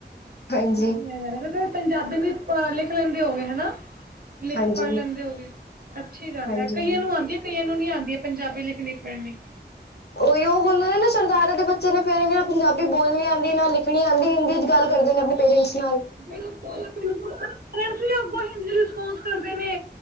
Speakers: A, on the left (about 65°); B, on the right (about 55°).
A: ਹਾਂਜੀ
B: ਵਧੀਆ <inaudible> ਪੰਜਾਬੀ ਵੀ ਅ ਲਿਖ ਲੈਂਦੇ ਹੋਗੇ ਹਨਾ? ਲਿਖ
A: ਹਾਂਜੀ
B: ਪੜ੍ਹ ਲੈਂਦੇ ਹੋਵੋਗੇ ਅੱਛੀ ਗੱਲ
A: ਹਾਂਜੀ
B: ਹੈ ਕਈਆਂ
A: ਹਾਂਜੀ
B: ਨੂੰ ਆਉਂਦੀ। ਕਈਆਂ ਨੂੰ ਨੀ ਆਉਂਦੀ ਹੈ ਪੰਜਾਬੀ ਲਿਖਣੀ ਪੜ੍ਹਨੀ।
A: ਉਹੀ ਉਹ ਹੁੰਦਾ ਨੇ ਨਾ ਸਰਦਾਰਾਂ ਦੇ ਬੱਚੇ ਨੇ ਫੇਰ ਇਹ ਨਾਲ ਪੰਜਾਬੀ ਬੋਲਣੀ ਆਉਂਦੀ ਨਾ ਲਿਖਣੀ ਆਉਂਦੀ ਹਿੰਦੀ। ਗੱਲ ਕਰਦੇ ਨੇ ਆਪਣੇ ਪੇਰੈਂਟਸ ਨਾਲ।
B: ਬਿਲਕੁਲ ਬਿਲਕੁਲ ਪਸ ਵੀ ਅਗੋਂ ਹਿੰਦਿ ਚ ਰਿਸਪੋਂਸ ਕਰਦੇ ਨੇ।